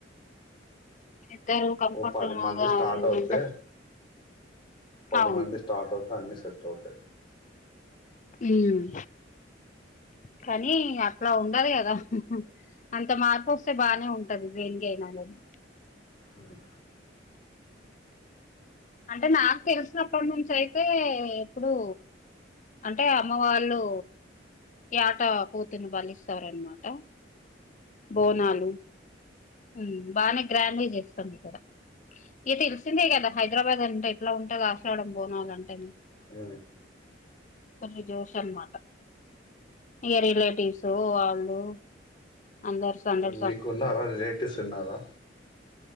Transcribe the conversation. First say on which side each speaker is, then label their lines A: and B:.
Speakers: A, on the left; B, on the left.
A: ఇద్దరు కంఫట్
B: ఓ పది మంది
A: గా
B: స్టార్ట్
A: <unintelligible>
B: అవుతే పది
A: అవును
B: మంది స్టార్ట్ ఒత్తే అన్ని సెట్ అవుతై
A: ఉమ్. కానీ అట్లా ఉండాలి గదా అంత మార్పు ఒస్తే బానే ఉంటది దేనికైనా గాని
B: ఉమ్
A: అంటే నాకు తెల్సినప్ప నుంచి అయితే ఇప్పుడూ అంటే అమ్మవాళ్ళూ యట పోతుని బలిస్తారన్మాట భోనాలు
B: ఉమ్
A: ఉమ్ బానే గ్రాండ్గ జేస్తం ఇక్కడ ఇగ తెలిసిందే గదా హైద్రబాద్ అంటే ఎట్లా ఉంటాదో ఆషాడం బోనాలు అంటే
B: ఉ
A: తొమ్మి జోష్ అన్మాట ఇగ రిలేటివ్సూ వాళ్ళూ అందరు సందడి
B: మీకు ఉన్నారా రిలేటివ్స్ ఉన్నారా